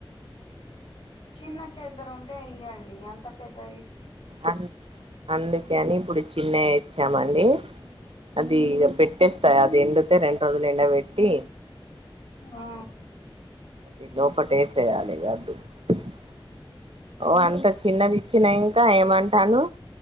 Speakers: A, on the left; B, on the right.
A: చిన్న చెద్దరు ఉంటే <unintelligible> అంత పెద్దది
B: అ అందుకని ఇప్పుడు చిన్న <unintelligible> ఇచ్చామండి అది ఇగ పెట్టేస్తాయి అది ఎండితే రెండు రోజులు ఎండ పెట్టి
A: ఆ
B: అది లోపట వేసేయాలి <unintelligible> ఓ అంత చిన్నది ఇచ్చినా ఇంకా ఏమంటాను